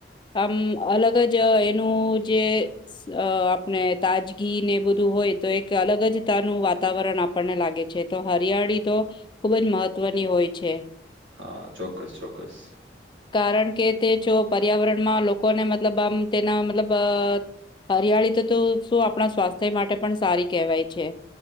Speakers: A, on the left; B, on the right.
A: આમ અલગ જ અઅ એનું જે સ અ આપણે તાજગી ને બધું હોય તો અલગ જ તાનું વાતાવરણ આપ પણને લાગે છે તો હરિયાળી તો ખુબ જ મહત્વની હોય છે.
B: હાં ચોક્કસ ચોક્કસ.
A: કારણ કે તે જો પર્યાવરણમાં લોકોને મતલબ આમ તેના મતલબ અઅ હરિયાળી ત તો શું આપણાં સ્વાસ્થ્ય માટે પણ સારી કહેવાય છે